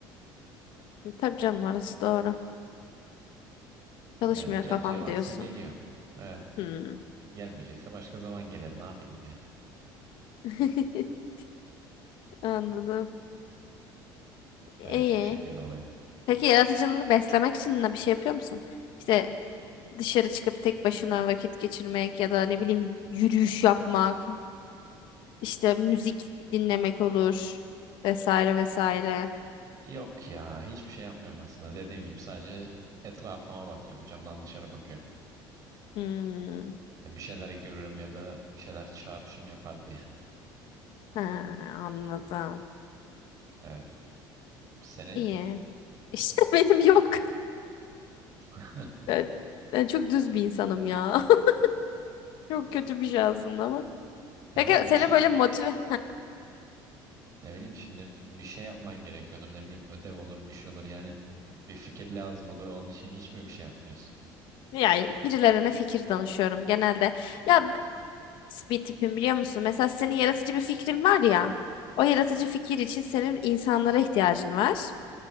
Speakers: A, on the left; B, on the right.
A: Tabii canım orası doğru. Çalışmıyor
B: Yani geleceği
A: kafam
B: varsa
A: diyorsun.
B: geliyor. Evet.
A: Hmm.
B: Gelmeyecekse başka zaman gelir. Ne yapayım yani?
A: <laughs> Anladım. İyi.
B: Evet, bu şekilde oluyor.
A: Peki yaratıcılığını beslemek için ne bir şey yapıyor musun? İşte dışarı çıkıp tek başına vakit geçirmek ya da ne bileyim yürüyüş yapmak, işte müzik dinlemek olur vesaire vesaire.
B: Yok ya hiçbir şey yapmıyorum aslında. Dediğim gibi sadece etrafıma bakıyorum. Camdan dışarı bakıyorum.
A: Hmm.
B: Hani bir şeyler görürüm ya da bir şeyler çağrışım yapar diye.
A: Ha, anladım.
B: Evet. Senin?
A: İyi. İşte <laughs> benim yok.
B: <laughs>
A: Ben, ben çok düz bir insanım ya. <laughs> Çok kötü bir şey aslında ama.
B: Tamam
A: Peki
B: da
A: seni
B: bir şey
A: böyle motive...
B: ne bileyim şimdi bir şey yapman gerekiyordur. Ne bileyim ödev olur bir şey olur. Yani bir fikir lazım olur. Onun için hiç mi bir şey yapmıyorsun?
A: Yani birilerine fikir danışıyorum genelde. Ya ben nasıl bir tipim biliyor musun? Mesela senin yaratıcı bir fikrin var ya. O yaratıcı fikir için senin insanlara ihtiyacın var.